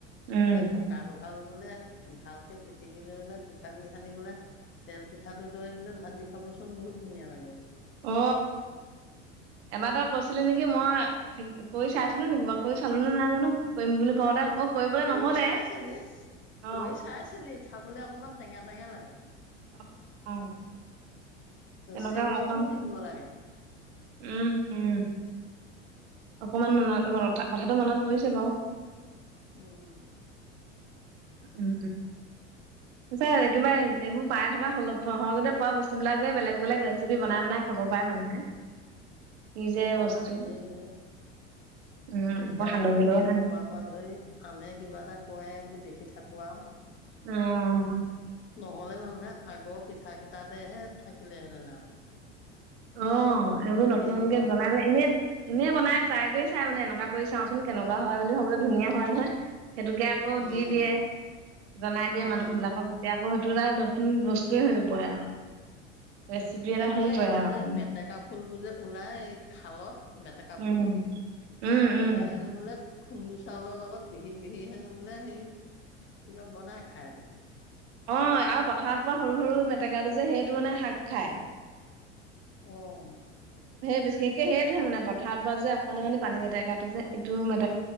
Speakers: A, on the right; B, on the left.
A: উম
B: বোলে পকা ক, ভাল বোলে, ভালকে পিটিকি লৈ বোলে পিঠাগুৰি সানি বোলে, তেল পিঠাটো দৈ বোলে ভাজি খাবচোন বহুত ধুনীয়া লাগে বোলে।
A: অ। এবাৰ তই কৈছিলি নেকি, মই কৰি চাইছিলো নেকি বাৰু কৰি চালো নে নাই জানো কৰিম বুলি কওঁতে অ। কৰিবলৈ নহলে
B: কৰি চাইছিলি
A: অ
B: কৰি চাইছিলি খাবলে অকমান টেঙা টেঙা লাগে।
A: অ। তেনেকুৱা
B: চেনী
A: অকণ
B: অকনো দি দিব লাগে।
A: উম উম। অকমান মানত কথাটো মনত পৰিছে বাৰু।
B: উম।
A: উম পিছে কিবা এইবোৰ পাই থকা সুলভ সহজতে পোৱা বস্তুবলাকেই বেলেগ বেলেগ ৰেচিপি বনাই বনাই খাব পাৰে মানুহে। কি যে
B: অ
A: বস্তু
B: আমি যে।
A: উম
B: এতিয়া
A: আকৌ সান্দহগুৰি
B: ফোনটো
A: লগত সানি
B: পোৱাৰ
A: খাই
B: পৰা ধৰি আনে কিবা এটা কয় এইবোৰ দেখি থাক কোৱা।
A: অহ।
B: নহলে জানুহে আগৰ পিঠা কেইটাত। দেহে থাকিলে আও।
A: অ এইবোৰ নতুন নতুনকে
B: বনাব
A: বানাই
B: পাৰে
A: এনে। এনেই বনাই ট্ৰাই কৰি চাই মানে এনেকুৱা কৰি চাওঁচোন কেনেকুৱা হয় বুলি ভাবোতেো ধুনীয়া হয় নহয়। সেইেতুোকে আকৌ
B: উম
A: দি দিয়ে জনাই দিয়ে
B: উম
A: মানুহ বিলাকৰ যেতিয়া আকৌ। তোলাৰ নতুন বস্তুৱে হৈ পৰে আও। ৰেচিপি এটা
B: তাকে
A: হৈ বয়
B: এতিয়া
A: আও।
B: যে মেটেকা ফুল বোৰ যে ওলাই খালত মেটেকা
A: উম,
B: ফুল
A: উম,
B: এইবিলাক
A: উম।
B: হেনো বোলে। খুন্দু চাউলৰ লগত পিহি পিহি হেনো বোলে হে কিবা বনাই খাই বোলে।
A: অ আৰু পথাৰত পৰা সৰু সৰু মেটেকাটো যে সেইটো মানে শাক খায়।
B: অহ।
A: বিশষকে সেইটোহে মানে পথাৰৰ পৰা যেকণ অকণ পানী বেটেকাটো যে এইটো মানে।